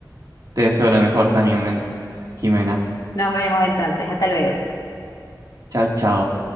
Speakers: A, on the right; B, on the left.
A: Te deseo lo mejor también, men- Jimena.
B: Nos vemos entonces. Hasta luego.
A: Chao, chao.